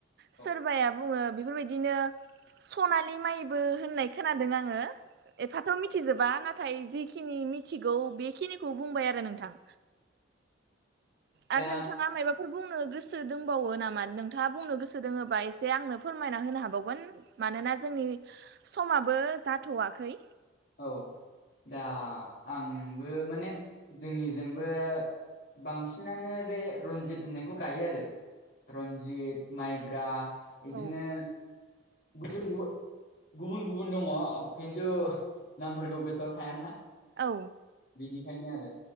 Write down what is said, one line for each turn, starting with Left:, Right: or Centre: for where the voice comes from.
Left: औ
Right: सोरबाया बुङो बिफोरबायदिनो सनालि माइबो होननाय खोनादों आङो एफाथ' मिथिजोबा नाथाय जिखिनि मिथिगौ बेखिनिखौ बुंबाय आरो नोंथां।
Left: दा
Right: आरो नोंथाङा मायबा फोर बुंनो गोसो दोंबावो नामा नोंथाङा बुंनो गोसो दोङोबा एसे आंनो फोरमायना होनो हाबावगोन। मानोना जोंनि समाबो जाथ'वाखै।
Left: औ दा आंबो माने जोंनिजोंबो बांसिनानो बे रनजित होननायखौ गायो आरो। रनजित माइब्रा बिदिनो
Right: औ
Left: गुबुन गुबुन गुबुन गुबुन दङ किन्तु नामफोरखौ गोसोआव थायाना
Right: औ
Left: बेनिखायनो आरो